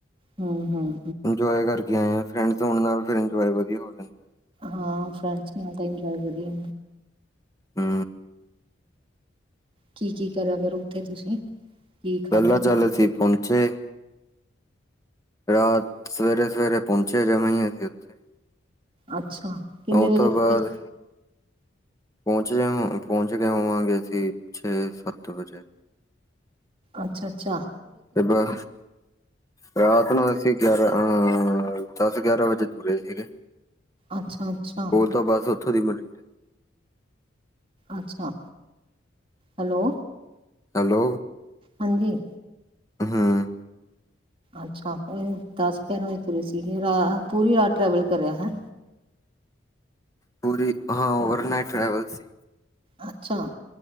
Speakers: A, on the right; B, on the left.
A: ਹਾਂ-ਹਾਂ,
B: ਇੰਜੋਏ ਕਰਕੇ ਆਏ ਆ, ਫਰੈਂਡਸ ਹੋਣ ਨਾਲ ਫਿਰ ਇੰਜੋਏ ਵਧੀਆ ਹੋ ਜਾਂਦਾ।
A: ਹਾਂ ਫਰੈਂਡਜ ਨਾਲ ਤਾਂ ਇੰਜੋਏ ਵਧੀਆ,
B: ਹੂੰ,
A: ਕੀ-ਕੀ ਕਰਿਆ ਫੇਰ ਉੱਥੇ ਤੁਸੀਂ? ਕੀ ਖਾਧਾ
B: ਪਹਿਲਾਂ ਚਲ
A: ਪੀ
B: ਅਸੀ ਪਹੁੰਚੇ। ਰਾਤ ਸਵੇਰੇ-ਸਵੇਰੇ ਪਹੁੰਚੇ ਜਮਾ ਹੀ ਅਸੀਂ ਉੱਥੇ
A: ਅੱਛਾ, ਕਿੰਨੇ
B: ਉਹ
A: ਵਜੇ
B: ਤੋਂ
A: ਸੁੱਤੇ
B: ਬਾਅਦ ਪਹੁੰਚ ਜਾ ਹੋ ਪਹੁੰਚ ਕੇ ਹੋਵਾਂਗੇ ਅਸੀ ਛੇ ਸੱਤ ਵਜੇ,
A: ਅੱਛਾ-ਅੱਛਾ,
B: ਕਿਦਾ? ਰਾਤ ਨੂੰ ਅਸੀਂ ਗਿਆਰਾਂ ਅ ਦਸ ਗਿਆਰਾਂ ਵਜੇ ਤੁੁਰੇ ਸੀਗੇ।
A: ਅੱਛਾ ਅੱਛਾ
B: ਹੋਰ ਤਾਂ ਬਸ ਉੱਥੋਂ ਦੀ ਮਨ
A: ਅੱਛਾ ਹੈਲੋ,
B: ਹੈਲੋ,
A: ਹਾਂਜੀ,
B: ਹਾਂ,
A: ਅੱਛਾ ਦਸ ਗਿਆਰਾਂ ਵਜੇ ਤੁਰ ਸੀਗੇ, ਰਾ ਪੂਰੀ ਰਾਤ ਟਰੈਵਲ ਕਰਿਆ ਹੈਂ।
B: ਪੂਰੀ, ਹਾਂ ਓਵਰ ਨਾਈਟ ਟਰੈਵਲ ਸੀ।
A: ਅੱਛਾ